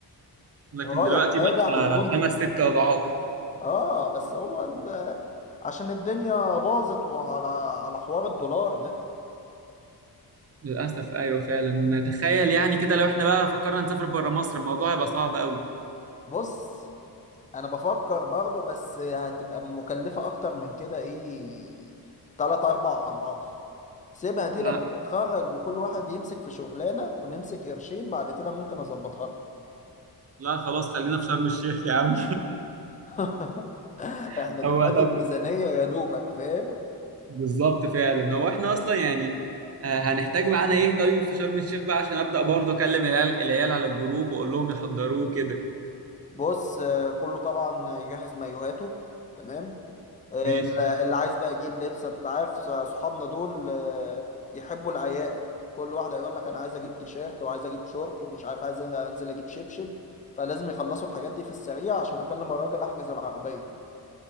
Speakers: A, on the right; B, on the left.
A: لكن
B: رايح
A: دلوقتي
B: راجع
A: بقى
B: بالفندق
A: خمس ست اضعاف
B: اه بس هو ال- عشان الدنيا باظت وعلى على حوار الدولار ده
A: للاسف ايوه فعلا تخيل يعني كده لو احنا بقى فكرنا نسافر بره مصر الموضوع هيبقى صعب قوي
B: بص انا بفكر برضه بس هتبقى مكلفة اكتر من كده ايه تلات اربع اضعاف سيبها دي
A: لا
B: لما نتخرج وكل واحد يمسك في شغلانة ونمسك قرشين بعد كده ممكن اظبطها لكم
A: لا خلاص خلينا في شرم الشيخ يا عم
B: <laughs>
A: <laughs>
B: احنا دلوقتي
A: هو طب
B: الميزانية يا دوبك فاهم
A: بالظبط فعلا هو احنا اصلا يعني آه، هنحتاج معانا ايه طيب في شرم الشيخ بقى عشان ابدا برضه اكلم العيال العيال على الجروب واقول لهم يحضروه كده
B: بص آه، كله طبعا يجهز مايوهاته تمام ال-
A: ماشي
B: اللي عايز بقى يجيب لبس انت عارف ص- صحابنا دول آه، يحبوا العياقة كل واحد هيقول لك انا عايز اجيب تيشيرت وعايز اجيب شورت ومش عارف عايز انزل اجيب شبشب فلازم يخلصوا الحاجات دي في السريع عشان اكلم الراجل احجز العربية